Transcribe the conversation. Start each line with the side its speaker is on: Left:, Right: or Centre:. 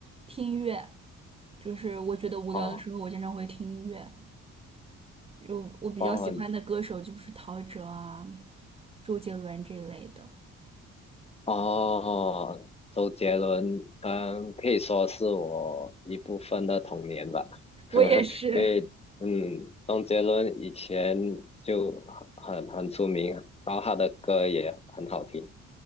Right: 听音乐。就是我觉得无聊的时候，
Left: 哦
Right: 我经常会听音乐。就我比较喜欢的歌手就是陶喆啊、
Left: 哦，
Right: 周杰伦这一类的。
Left: 哦，周杰伦，嗯，可以说是我一部分的童年吧，<laughs>
Right: 我也是，
Left: 因为，嗯，周杰伦以前就很很出名，然后他的歌也很好听，